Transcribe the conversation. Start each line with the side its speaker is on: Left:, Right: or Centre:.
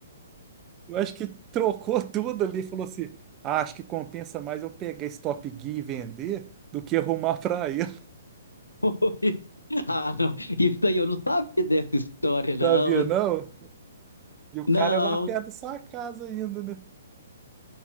Right: Eu acho que trocou tudo ali, falou assim: "Ah, acho que compensa mais eu pegar esse Top Gear e vender do que arrumar pra ele,
Left: <laughs> ah, não. Isso aí eu não sabia dessa história, não.
Right: <laughs> sabia não? E o cara
Left: Não.
Right: é lá perto da sua casa ainda, né?